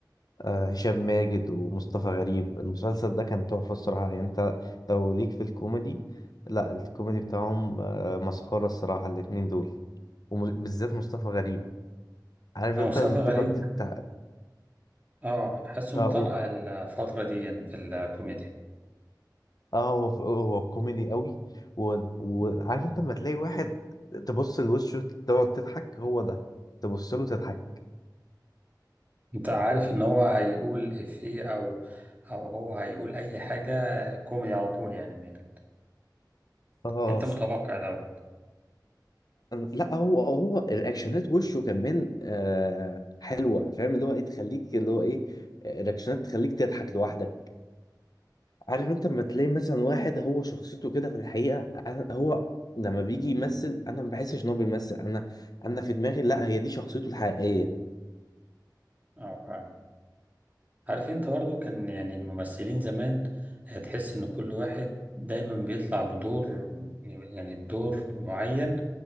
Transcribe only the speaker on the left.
آه، هشام ماجد ومصطفى غريب المسلسل ده كان تحفة الصراحة يعني انت لو ليك في الكوميدي لا الكوميدي بتاعهم آه، مسخرة الصراحة الاتنين دول وبالذات مصطفى غريب عارف
انت
لما بتبقى
بتتع
اه
قول.
اه هو هو كوميدي قوي و- وعارف انت لما تلاقي واحد تبص لوشه تقعد تضحك هو ده تبص له تضحك
اه
لا هو هو الرياكشنات وشه كمان آه حلوه فاهم اللي هو ايه تخليك اللي هو ايه آه، رياكشنات تخليك تضحك لوحدك عارف انت لما تلاقي مثلا واحد هو شخصيته كده في الحقيقه أنا هو لما بيجي يمثل انا ما بحسش ان هو بيمثل انا انا في دماغي لا هي دي شخصيته الحقيقيه